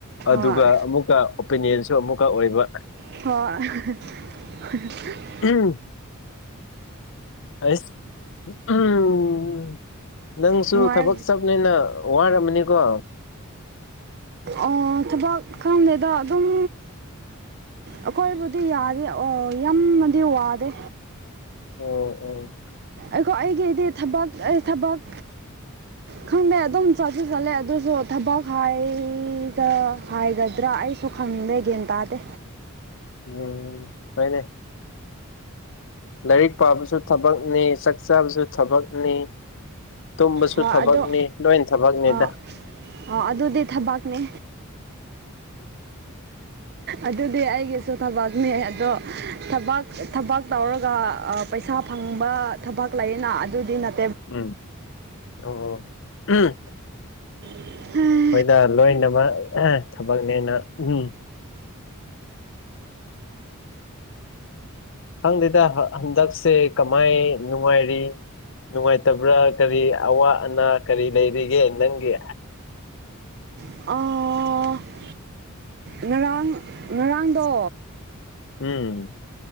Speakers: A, on the right; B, on the left.
A: ꯍꯣꯏ
B: ꯑꯗꯨꯒ ꯑꯃꯨꯛꯀ ꯑꯣꯄꯤꯅꯤꯌꯟꯁꯨ ꯑꯃꯨꯛꯀ ꯑꯣꯏꯕ
A: ꯍ‌ꯣꯏ <unintelligible>
B: ꯎꯝ ꯑꯩꯁ ꯎꯝ ꯅꯪꯁꯨ
A: ꯅꯨꯡꯉꯥꯏ
B: ꯊꯕꯛ ꯆꯠꯞꯅꯨꯅꯥ ꯋꯥꯔꯝꯃꯅꯤꯀꯣ
A: ꯑꯣ ꯊꯕꯛ ꯈꯗ‌‌ꯦꯗ ꯑꯗꯨꯝ ꯑꯩꯈꯣꯏꯕꯨꯗꯤ ꯌꯥꯗꯦ ꯑꯣ ꯌꯥꯝꯅꯗꯤ ꯋꯥꯗꯦ
B: ꯑꯣ ꯑꯣ
A: ꯑꯩꯈꯣ ꯑꯩꯒꯤꯗꯤ ꯊꯕꯛ ꯑꯩ ꯊꯕꯛ
B: <inaudible>
A: ꯈꯪꯗꯦ ꯑꯗꯨꯝ ꯆꯠꯁꯨ ꯆꯠꯂꯦ ꯑꯗꯨꯁꯨ ꯊꯕꯛ ꯍꯥꯏꯒ ꯍꯥꯏꯒꯗ꯭ꯔꯥ ꯑꯩ ꯈꯪꯗꯦ ꯒ꯭ꯌꯥꯟ ꯇꯥꯗꯦ
B: ꯎꯝ ꯐꯥꯏꯅꯦ ꯂꯥꯏꯔꯤꯛ ꯄꯥꯕꯁꯨ ꯊꯕꯛꯅꯤ ꯆꯥꯛ ꯆꯥꯕꯁꯨ ꯊꯕꯛꯅꯤ ꯇꯨꯝꯕꯁꯨ
A: ꯍꯣꯏ
B: ꯊꯕꯛꯅꯤ
A: ꯑꯗꯣ
B: ꯂꯣꯏ ꯊꯕꯛꯅꯤꯗ
A: ꯑ ꯑ ꯑꯗꯨꯗꯤ ꯊꯕꯥꯛꯅꯦ ꯑꯗꯨꯗꯤ ꯑꯩꯒꯤꯁꯨ ꯊꯕꯛꯅꯦ ꯑꯗꯣ ꯊꯕꯛ ꯊꯕꯛ ꯇꯧꯔꯒ ꯄꯩꯁꯥ ꯐꯪꯕ ꯊꯕꯛ ꯂꯩꯌꯦꯅ ꯑꯗꯨꯗꯤ ꯅꯠ
B: <unintelligible>
A: <inaudible>
B: ꯍꯣꯏꯗ ꯂꯣꯏꯅꯃꯛ ꯊꯕꯛꯅꯦꯅ ꯎꯝ ꯈꯪꯗꯦꯗ ꯍꯟꯗꯛꯁꯦ ꯀꯃꯥꯏ ꯅꯨꯡꯉꯥꯏꯔꯤ ꯅꯨꯡꯉꯥꯏꯇꯕ꯭ꯔꯥ ꯀꯔꯤ ꯑꯋꯥ ꯑꯅꯥ ꯀꯔꯤ ꯂꯩꯔꯤꯒꯦ ꯅꯪꯒꯤ
A: <unintelligible> ꯉꯔꯥꯡ ꯉꯔꯥꯡꯗꯣ
B: ꯎꯝ